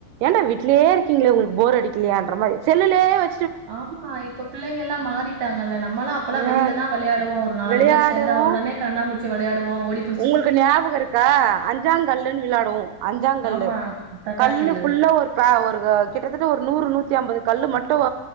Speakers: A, on the right; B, on the right.
A: ஏன்டா வீட்லே இருக் கீங்களே உங்களுக் போர் அடிக்கலியா ன்ற மாரி செல்லுலே வெச்
B: ஆமா இப்ப பிள்ளைங்கல்லா மாறிட்டாங்கல்ல நம்மல்லா அப்பெல்லா வெளியிலதா
A: ஆ
B: விளையாடுவோ ஒரு நாலு
A: விளையாடுவோ
B: பேர் சேர்ந்தா உடனே கண்ணாமூச்சி விளயாடுவோ ஓடிப்
A: உங்களுக்கு ஞாபகம் இருக்கா அஞ்சா கல்லுன்னு விளாடுவோம் அஞ்சா கல்லு
B: ஆமா தட்டாங்கல்லு
A: கல்லு புல்ல ஒரு க ஒருக கிட்டத்தட்ட ஒரு நூறு நூத்தி அம்பது கல்லு மட்டும்